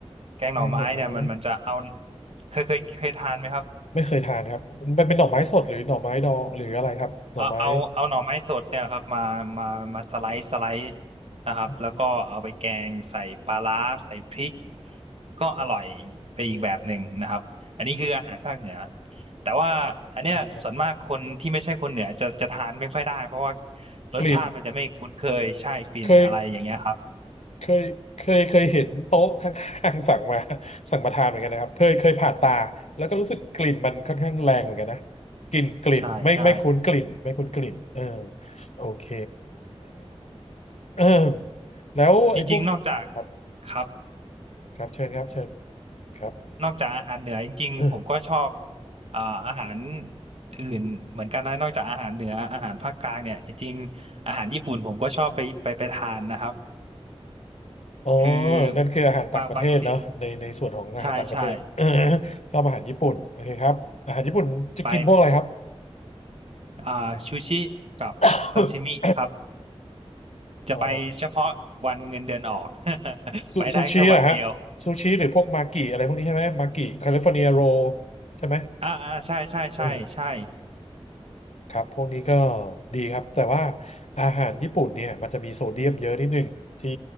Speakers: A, on the right; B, on the left.
A: แกงหน่อไม้เนี่ยมันมันจะเอา
B: แกงหน่อไม้
A: เคยเคยเคยทานไหมครับ
B: ไม่เคยทานครับมันเป็นหน่อไม้สดหรือหน่อไม้ดองหรืออะไรครับหน่อไม้
A: เอาเอาเอาหน่อไม้สดเนี่ยครับมามามาสไลด์สไลด์นะครับแล้วก็เอาไปแกงใส่ปลาร้าใส่พริก
B: ค
A: ก็อร่อยไปอีกแบบหนึ่งนะครับอันนี้คืออาหารภาคเหนือแต่ว่าอันเนี้ยส่วนมากคนที่ไม่ใช่คนเหนือจะจะทานไม่ค่อยได้เพราะว่า
B: รับผม
A: รสชาติมันจะไม่คุ้นเคยใช่กลิ่นอะไรอย่างเงี้ยครับ
B: กลิ่นเคยเคยเคยเคยเห็นโต๊ะข้างๆ <laughs> สั่งมาสั่งมาทานเหมือนกันนะครับเคยเคยผ่านตาแล้วก็รู้สึกกลิ่นมันค่อนข้างแรงเหมือนกันนะกลิ่นกลิ่นไม่ไม่คุ้นกลิ่นไม่คุ้นกลิ่นเออ
A: ใช่ใช่
B: โอเค <coughs> แล้วไอ้พวก
A: จริงๆนอกจาก
B: ครับ
A: ครับ
B: ครับเชิญครับเชิญครับ
A: นอกจากอาหารเหนือจริงๆผมก็ชอบ
B: <coughs> อ
A: เอ่าอาหารอื่นเหมือนกันนะนอกจากอาหารเหนืออาหารภาคกลางเนี่ยจริงๆอาหารญี่ปุ่นผมก็ชอบไปไปไปทานนะครับ
B: อ๋อ
A: คือ
B: นั่นคืออาหารต่างประเทศเนาะในในส่วนของอาหารต่างประเทศ
A: บางบางที่ใช่ใช่
B: <coughs> ชอบอาหารญี่ปุ่นโอเคครับอาหารญี่ปุ่นจะกินพวกอะไรครับ
A: ไปอ่าซูชิกับซาซิมิครับ
B: <coughs>
A: จะไปเฉพาะวันเงินเดือนออก
B: อ๋อ
A: <laughs>
B: ซูซูชิเหรอฮะ
A: ไปได้แค่วันเดียว
B: ซูชิหรือพวกมากิอะไรพวกนี้ใช่ไหมมากิแคลิฟอร์เนียโรใช่ไหม
A: อ่าอ่าใช่ใช่ใช่ใช่
B: เออครับพวกนี้ก็ดีครับแต่ว่าอาหารญี่ปุ่นเนี่ยมันจะมีโซเดียมเยอะนิดหนึ่งที่